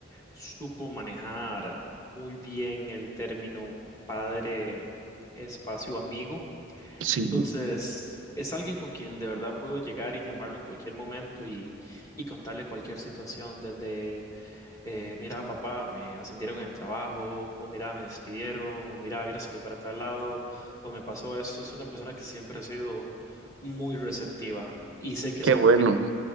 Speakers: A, on the left; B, on the right.
A: Supo manejar muy bien el término padre, espacio, amigo.
B: Sí,
A: Entonces, es alguien con quien de verdad puedo llegar y llamarlo en cualquier momento y, y contarle cualquier situación, desde, eh, mira, papá, me ascendieron en el trabajo, o mira, me despidieron, o mira, vieras que voy para tal lado, o me pasó esto. Es una persona que siempre ha sido muy receptiva y sé que
B: qué
A: es alguien
B: bueno,
A: que no,